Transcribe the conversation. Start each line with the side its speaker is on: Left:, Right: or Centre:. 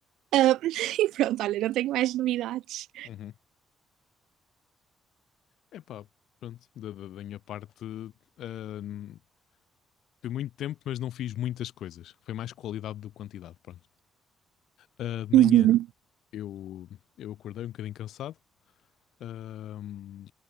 Right: Ahm, <laughs> e pronto, olha, não tenho mais novidades.
Left: Uhum. Epá, pronto, da, da- da minha parte, ahm, fui muito tempo, mas não fiz muitas coisas. Foi mais qualidade do que quantidade, pronto. Ah, de manhã
Right: Uhum.
Left: eu, eu acordei um bocadinho cansado, ahm,